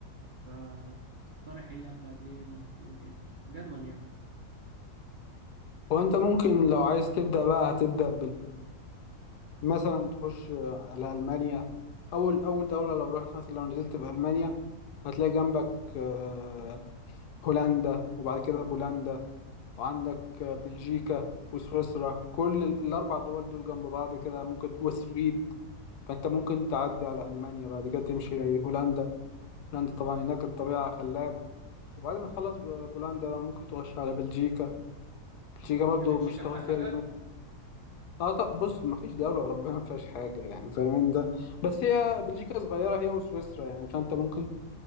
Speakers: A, on the right; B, on the left.
A: فتقترح ايه ابدا بايه وانهي بايه وكده جدول يعني
B: وانت ممكن لو عايز تبدا بقى هتبدا مثلا تخش على ألمانيا أول أول دولة لو رحت مثلا لو نزلت في ألمانيا هتلاقي جنبك آه، هولندا وبعد كده بولندا وعندك آه، بلجيكا وسويسرا كل ال- الأربع دول دول جنب بعض كده ممكن والسويد فأنت ممكن تعدي على ألمانيا بعد كده تمشي هولندا هولندا طبعا هناك الطبيعة خلابة وبعد ما تخلص ب- بولندا بقى ممكن تخش على بلجيكا بلجيكا برضو
A: هي بلجيكا
B: مش هتاخد
A: فيها حاجة
B: فيها اه طب بص مفيش دولة أوروبية ما فيهاش حاجة يعني فاهمين ده بس هي بلجيكا صغيرة هي وسويسرا يعني فأنت ممكن